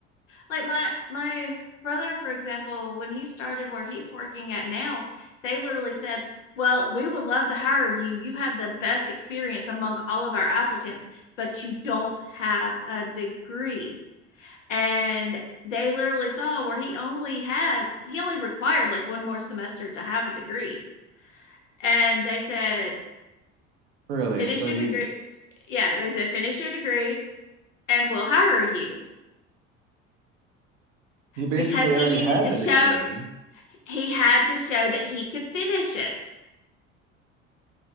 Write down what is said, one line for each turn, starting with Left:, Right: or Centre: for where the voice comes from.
Left: like my my brother for example when he started where he's working at now they literally said well we would love to hire you you have the best experience among all of our applicants but you don't have a degree and they literally saw where he only had he only required like one more semester to have a degree and they said
Right: Really,
Left: finish
Right: so
Left: your
Right: he
Left: degree yeah they said finish your degree and we'll hire you
Right: he basically
Left: because he
Right: already
Left: needed
Right: had
Left: to show
Right: the degree,
Left: he had to show that he could finish it.